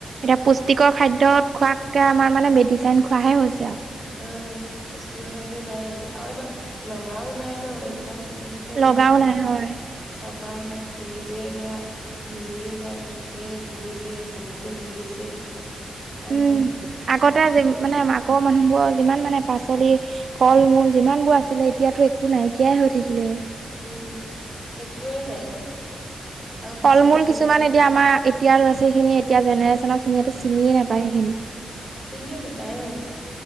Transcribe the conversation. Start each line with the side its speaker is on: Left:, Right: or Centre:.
Right: এতিয়া পুষ্টিকৰ খাদ্যত খোৱাকে আমাৰ মানে মেডিচিন খোৱা হে হৈছ
Left: অ পুষ্টিকৰ খাদ্য নাই এতিয়া আও এবা লগাও নাই ন যিমান গুটি দিছে সিমান
Right: লগাও নাই হয়
Left: পাওনে পুলিতে এয়া মৰিয়ে যায় পোকে ধৰিছে, বৰষুণ দিছে। উপাই
Right: উম,
Left: নাই
Right: আগতে <unintelligible> মানে আমা আগৰ মানুহবোৰৰ যিমান মানে পাচলি, ফল মূল যিমানবোৰ আছিলে এতিয়াতো একো নাইকিয়াই হৈ থাকিলে।
Left: উম, একোৱেই নাই। আৰু পাচলি
Right: ফল মূল
Left: কিনি
Right: কিছুমান এতিয়া আমাৰ এতিয়া লৰা ছোৱালী খিনিয়ে এতিয়া জেনেৰেশ্যনৰ খিনিয়ে চিনিয়ে নাপায় সেইখিনি।
Left: চিনিয়ে নাপায়, অ'।